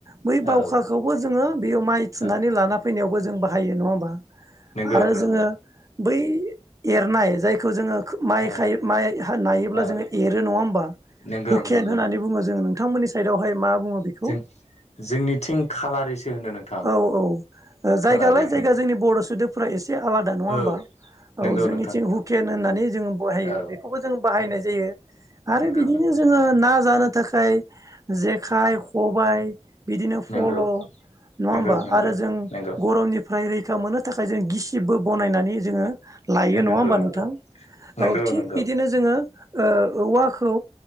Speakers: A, on the right; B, on the left.
A: बै बावखाखौबो
B: औ
A: जोङो बे याव माइ थुनानै
B: औ
A: लाना फैनायावबो जों बाहायो नङा होमबा
B: नंगौ
A: आरो
B: नंगौ
A: जोङो। बै एरनाय जायखौ जोङो। माइ
B: ओ
A: माइ नायोब्ला
B: ओ
A: जोङो एरो नङा होमबा,
B: नंगौ
A: हुकेन
B: नंगौ
A: होननानै बुङो जों नोंथांमोननि साइदआवहाय मा बुङो बेखौ,
B: जों जोंनिथिं खालारिसो होनो नोंथां
A: औ औ
B: खालारि
A: जायगालाय
B: होनो
A: जायगा जोंनि बर' सोदोबफोरा एसे आलादा नङा
B: औ
A: होमबा औ
B: नंगौ
A: जोंनिथिं
B: नोंथां नंगौ
A: हुकेन होननानै जोङो बाहायो
B: औ
A: बेखौबो जों बाहायनाय
B: औ
A: जायो। आरो
B: नंगौ
A: बिदिनो
B: नंगौ
A: जोङो ना जानो। थाखाय जेखाइ खबायाइ बिदिनो फल',
B: नंगौ
A: नङा
B: नंगौ
A: होमबा
B: नंगौ
A: आरो जों
B: नंगौ
A: गरमनिफ्राय रैखा मोननो थाखाय जों गिसिबबो बानायनानै जोङो। लायो
B: नंगौ
A: नङा होमबा
B: नंगौ
A: नोंथां
B: नंगौ
A: औ थिग
B: नंगौ
A: बिदिनो जोङो ओ औवाखौ